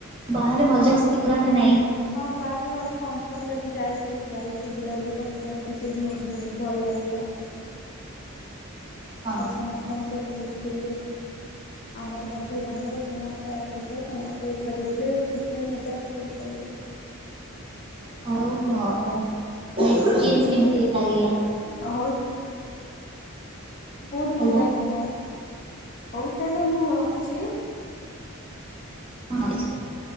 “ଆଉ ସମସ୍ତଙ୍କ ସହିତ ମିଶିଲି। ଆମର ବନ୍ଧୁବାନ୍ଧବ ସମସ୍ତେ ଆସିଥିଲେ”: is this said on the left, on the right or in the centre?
Left